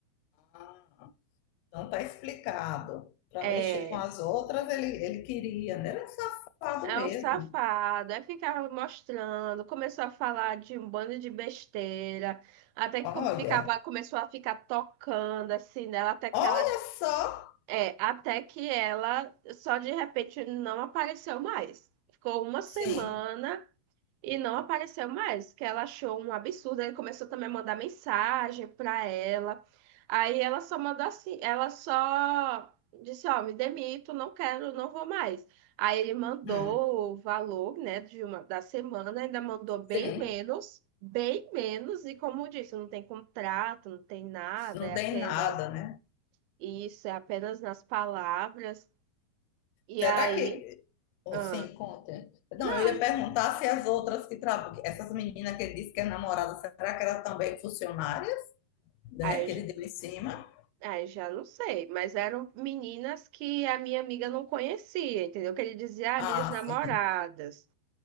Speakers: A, on the left; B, on the right.
A: ah, então tá explicado. Para
B: É,
A: mexer com as outras, ele, ele queria, né? Ele Era um safado
B: é
A: mesmo.
B: um safado. Aí ficava mostrando, começou a falar de um bando de besteira, até que
A: Olha,
B: come- ficava, começou a ficar tocando assim nela, até que
A: olha
B: ela,
A: só.
B: é, até que ela só de repente não apareceu mais. Ficou uma semana.
A: Sim,
B: E não apareceu mais, que ela achou um absurdo. Ele começou também a mandar mensagem pra ela. Aí ela só mandou assim, ela só disse, ó, me demito, não quero, não vou mais. Aí ele mandou
A: hum,
B: o valor, né, de uma da semana, ainda mandou bem
A: sim,
B: menos, bem menos. E como eu disse, não tem contrato, não tem nada,
A: não
B: é
A: tem
B: apenas
A: nada, né?
B: isso, é apenas nas palavras. E
A: Será
B: aí,
A: que. Oh,
B: ah,
A: sim, conta.
B: não.
A: Não, eu ia perguntar se as outras que trabalham, essas meninas que ele disse que é namorada, será que elas também funcionárias, né?
B: Aí
A: Que ele deu em cima?
B: Ah, já não sei, mas eram meninas que a minha amiga não conhecia, entendeu? Que ele dizia,
A: Ah,
B: ah, minhas namoradas.
A: sim.